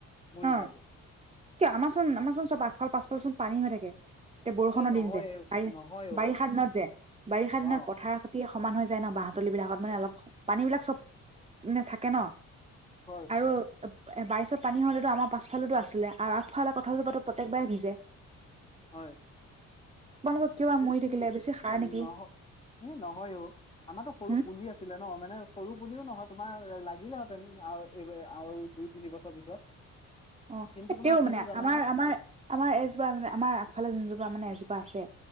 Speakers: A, on the left; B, on the right.
A: মৰি
B: অ
A: যায়গে
B: কিয়, আমাৰচোন, আমাৰচোন চব আগফালে, পাছফালে চোন পানী হৈ থাকে। এতিয়া বৰষুণৰ
A: এই নহয়
B: দিন যে, বাৰি
A: নহয়
B: বাৰিষা
A: অ
B: দিনত যে বাৰিষা দিনত
A: অ
B: পথাৰ খেতিয়ক সমান হৈ যায় ন বাহতলী বিলাকত, মানে অলপ পানী বিলাক চব মানে থাকে ন
A: হয়
B: আৰু বাইছত পানী হ'লে আমাৰ পাছফালেও টো আছিলে, আৰু আগফালে কঠালজোপাতো প্ৰত্যেকবাৰেই ভিজে।
A: হয়।
B: আপোনালোকৰ কিয় বা মৰি
A: এ
B: থাকিলে বেছি সাৰ নেকি
A: নহ নহয়, অ আমাৰতো সৰু
B: হুম
A: পুলি আছিলে ন মানে সৰু পুলিও নহয় তোমাৰ লাগিলে হেতেন এই আৰু দুই, তিনি বছৰ পিছত
B: অ,
A: কিন্তু
B: এ
A: তোমাৰ
B: তেওঁ
A: কি
B: মানে
A: হ'ল জানানে
B: আমাৰ, আমাৰ, আমাৰ এজোপা মানে আমাৰ আগফালে যোনজোপা মানে এজোপা আছে